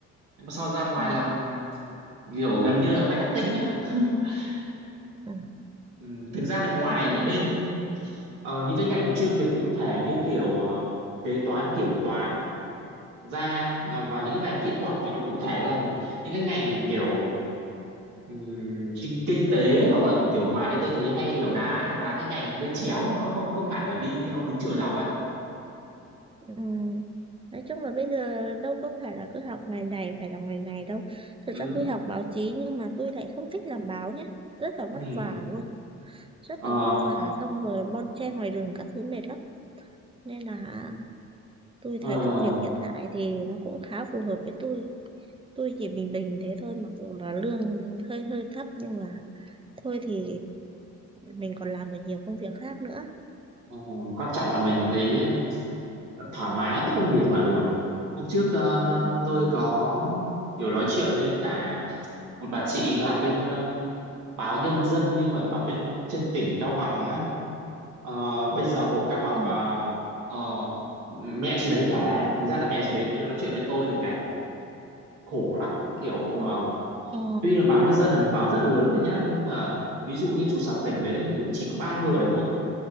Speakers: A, on the right; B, on the right.
A: nhưng mà sau ra ngoài
B: Ừ.
A: làm kiểu gần như là marketing á <laughs>
B: Ừ.
A: Ừ, thực ra là ngoài
B: thực ra
A: bên
B: là
A: Ờ, những cái ngành chuyên biệt cụ thể như kiểu ờ, kế toán kiểm toán ra ờ, và những cái ngành kỹ thuật thì nó cụ thể ra thì những cái ngành kiểu ừm, kinh kinh tế hoặc là kiểu ngoài cái tôi thấy hay kiểu đá đá cái ngành hơi chéo nó không không hẳn là đi theo đúng chiều dọc à
B: Ừ. Nói chung là bây giờ đâu có phải là cứ học ngày này phải làm ngày này đâu. Thực
A: ừ
B: ra tôi học báo chí nhưng mà tôi lại không thích làm báo nhé. Rất là
A: ừ
B: vất vả luôn, rất
A: ờ
B: là vất vả xong rồi bon chen ngoài đường các thứ mệt lắm. Nên là tôi
A: ờ
B: thấy công việc hiện tại thì nó cũng khá phù hợp với tôi. Tôi chỉ bình bình thế thôi mặc dù là lương hơi hơi thấp nhưng mà thôi thì mình còn làm được nhiều công việc khác nữa.
A: ờ, quan trọng là mình thấy ừm, thoải mái với công việc là được hôm trước ờ,
B: Ừ.
A: tôi có kiểu nói chuyện với cả một bà chị làm bên báo Nhân Dân nhưng mà ở bên trên tỉnh Cao Bằng á ờ, bây giờ gục Cao Bằng
B: Ờ.
A: và ờ, mẹ chị đấy kể thực ra là mẹ chị đấy nói chuyện với tôi thì kể khổ lắm kiểu
B: Ừ.
A: ờ,
B: Ờ.
A: tuy là báo Nhân Dân là một báo rất là lớn rồi nhá nhưng mà ví dụ như trụ sở tỉnh đấy thì cũng chỉ có ba người thôi